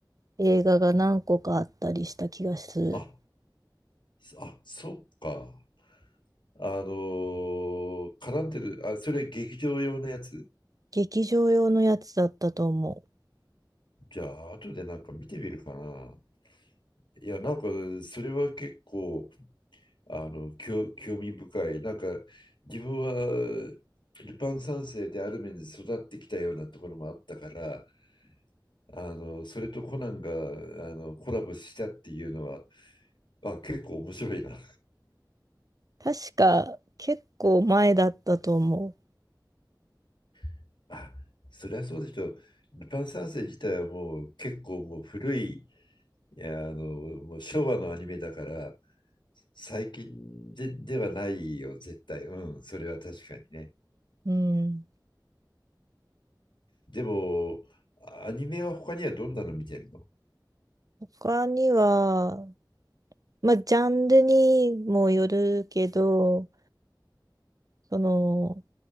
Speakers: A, on the right; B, on the left.
A: 映画が何個かあったりした気がする。
B: あ、あ、そっか。あのー絡んでる、あ、それ劇場用のやつ
A: 劇場用のやつだったと思う。
B: じゃあ、後でなんか見てみるかな。いや、なんか、それは結構、あの興、興味深い。なんか自分はルパン三世である面で育ってきたようなところもあったから、あのそれとコナンがあのコラボしたっていうのは、あ、結構面白いな。
A: 確か結構前だったと思
B: <laughs> あ、そりゃそうでしょう。ルパン三世自体はもう結構もう古い、いやあのもう昭和のアニメだから、最近で、ではないよ、絶対。うん、それは確かにね。
A: う。うん。
B: でも、アニメは他にはどんなの見てるの
A: 他には、まあ、ジャンルにもよるけど、その、